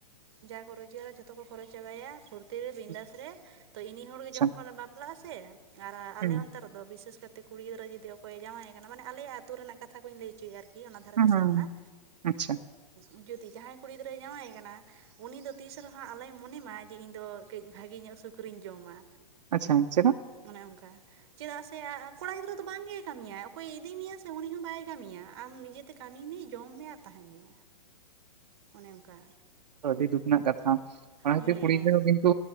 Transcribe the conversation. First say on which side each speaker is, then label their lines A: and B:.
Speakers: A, on the right; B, on the right.
A: ᱡᱟ ᱠᱚ ᱨᱚᱡᱽᱜᱟᱨᱟ ᱡᱷᱚᱛᱚ ᱠᱚ ᱠᱷᱚᱨᱚᱪ ᱪᱟᱵᱟᱭᱟ ᱯᱷᱩᱨᱛᱤ ᱨᱮ ᱵᱤᱱᱫᱟᱥ
B: ᱦᱩᱸ
A: ᱨᱮ ᱛᱚ ᱤᱱᱤ ᱦᱚᱲ ᱜᱮ
B: ᱟᱪᱪᱷᱟ
A: ᱡᱚᱠᱷᱚᱱ ᱵᱟᱯᱼᱼ ᱞᱟᱜᱼᱟ ᱥᱮ ᱟᱨ
B: ᱦᱩᱸ
A: ᱟᱞᱮ ᱚᱱᱛᱮ ᱨᱮᱫᱚ ᱵᱤᱥᱮᱥ ᱠᱟᱛᱮ ᱠᱩᱲᱤ ᱜᱤᱫᱽᱨᱟᱹ ᱡᱩᱫᱤ ᱚᱠᱚᱭᱮ ᱡᱟᱶᱟᱭᱮ ᱠᱟᱱᱟ ᱢᱟᱱᱮ ᱟᱞᱮᱭᱟᱜ ᱟᱹᱛᱩ ᱨᱮᱱᱟᱜ ᱠᱟᱛᱷᱟᱼᱼ ᱠᱟᱛᱷᱟ ᱠᱩᱧ ᱞᱟᱹᱭ ᱩᱪᱩᱭᱮᱜᱼᱟ ᱟᱨᱠᱤ ᱚᱱᱟ ᱫᱷᱟᱨᱮ
B: ᱦᱩᱸ
A: ᱯᱟᱥᱮ
B: ᱦᱩᱸ
A: ᱨᱮᱱᱟᱜ
B: ᱟᱪᱪᱷᱟ
A: ᱩᱸᱻᱡᱩᱫᱤ ᱡᱟᱦᱟᱸᱭ ᱠᱩᱲᱤ ᱜᱤᱫᱽᱨᱟᱹᱭ ᱡᱟᱶᱟᱭ ᱟᱠᱟᱱᱟᱼᱼ ᱩᱱᱤ ᱫᱚ ᱛᱤᱥ ᱨᱮᱦᱚᱸ ᱟᱞᱚᱭ ᱢᱚᱱᱮ ᱢᱟ ᱡᱮ ᱤᱧ ᱫᱚ ᱠᱟᱹᱡ ᱵᱷᱟᱜᱤ ᱧᱚᱜ ᱥᱩᱠ ᱨᱤᱧ ᱡᱚᱢᱟ᱾
B: ᱟᱸᱪᱪᱷᱟ ᱪᱮᱫᱟᱜ?
A: ᱚᱱᱮ ᱚᱝᱠᱟ᱾ ᱪᱮᱫᱟᱜ ᱥᱮ ᱟᱻ ᱠᱚᱲᱟ ᱜᱤᱫᱽᱨᱟᱹ ᱫᱚ ᱵᱟᱝ ᱜᱮᱭ ᱠᱟᱢᱤ ᱭᱟᱭ ᱚᱠᱚᱭᱮ ᱤᱫᱤ ᱢᱮᱭᱟ ᱥᱮ ᱩᱱᱤ ᱦᱚᱸ ᱵᱟᱭ ᱠᱟᱢᱤᱭᱟ ᱟᱢ ᱱᱤᱡᱮᱛᱼᱼ ᱛᱮ ᱠᱟᱢᱤ ᱢᱮ ᱡᱚᱢ ᱢᱮ ᱟᱨ ᱛᱟᱦᱮᱸᱱ ᱢᱮ᱾ ᱚᱱᱮ ᱚᱝᱠᱟ᱾
B: ᱟᱹᱰᱤ ᱫᱩᱠ ᱨᱮᱱᱟᱜ ᱠᱟᱛᱷᱟ ᱚᱱᱟ ᱠᱷᱟᱹᱛᱤᱨ
A: ᱦᱮᱸ
B: ᱠᱩᱲᱤᱼᱼ ᱛᱮᱦᱚᱸ ᱠᱤᱱᱛᱩ